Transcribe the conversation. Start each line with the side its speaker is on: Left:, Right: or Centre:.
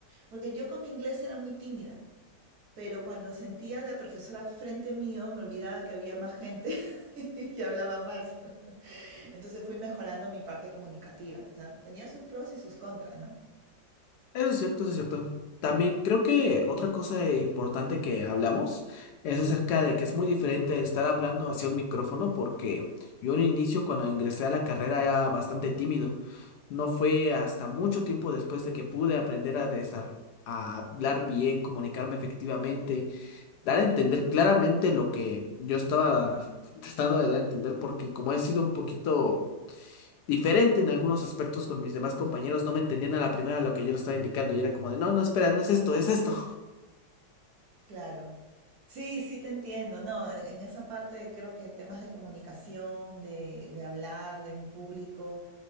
Right: porque yo con mi inglés era muy tímida pero cuando sentía a la profesora frente mío, me olvidaba que había más gente <laughs> y hablaba más. Entonces fui mejorando mi parte comunicativa. O sea, tenía sus pros y sus contras, ¿no?
Left: Eso es cierto, eso es cierto. También creo que otra cosa importante que hablamos es acerca de que es muy diferente estar hablando hacia un micrófono porque yo en un inicio cuando ingresé a la carrera era bastante tímido. No fue hasta mucho tiempo después de que pude aprender a, desar- a hablar bien, comunicarme efectivamente, dar a entender claramente lo que yo estaba tratando de dar a entender porque como he sido un poquito diferente en algunos aspectos con mis demás compañeros, no me entendían a la primera lo que yo le estaba indicando y era como de, no, no, espera, no es esto, es esto.
Right: Claro. Sí, sí, te entiendo. No, en en esa parte creo que temas de comunicación, de, de hablar, de en público,